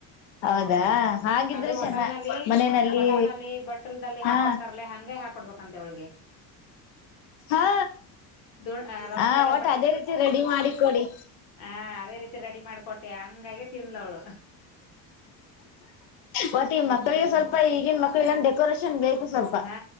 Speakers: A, on the left; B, on the left.
A: ಹೌದಾ
B: ಹ್ಮ್
A: ಹಾಗಿದ್ರೆ
B: ಅದು ಹೋಟೆಲ್
A: ಚೆನ್ನ
B: ನಲ್ಲಿ
A: ಮನೆಯಲ್ಲಿ
B: ಹೋಟೆಲ್ ನಲ್ಲಿ ಬಟ್ಟಲ್ಲ್
A: ಹಾ
B: ಹಾಕೊಡ್ತಾರಲ ಹಗೆ ಹಾಕ ಕೊಡ್ಬೇಕಂತೆ ಅವಳಿಗೆ
A: ಹಾ
B: ದು ರೌಂಡ್ಗೆ
A: ಹ ಒಟ್ಟು ಅದೇ ರೀತಿ ರೆಡಿ ಮಾಡಿ ಕೊಡಿ
B: ಹಾ ಅದೇ ರೀತಿ ರೆಡಿ ಮಾಡ್ಕೊಟ್ಟೆ ಹಂಗಾಗ ತಿನ್ಲವಳು
A: ಮತ್ತ ಈ ಮಕ್ಳಿಗೆ
B: ಹ್ಮ್
A: ಸ್ವಲ್ಪ ಈಗಿನ ಮಕ್ಳಿಗ ಡೆಕೋರೇಷನ್ ಬೇಕು ಸ್ವಲ್ಪ
B: ಹಾ